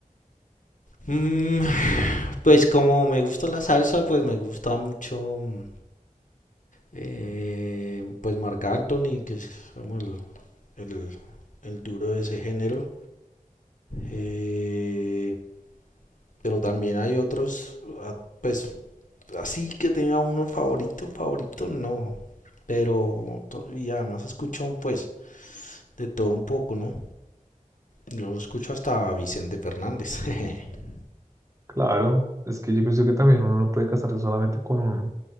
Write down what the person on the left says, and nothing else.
Mm, <sighs> pues como me gusta la salsa, pues me gusta mucho mm, eh, pues Marc Anthony, que es como el, el- el duro de ese género. Eh, pero también hay otros, ah, pues así que tenga uno favorito, favorito, no. Pero to- y además escucho pues de todo un poco, ¿no? Yo escucho hasta a Vicente Fernández. <laughs>